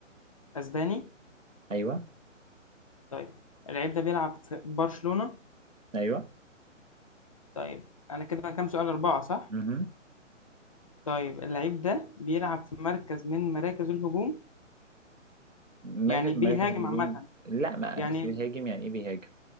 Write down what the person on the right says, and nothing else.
ايوه
ايوه
مهم.
مركز
من مراكز الهجوم
لا ما
بس بيهاجم يعني ايه بيهاجم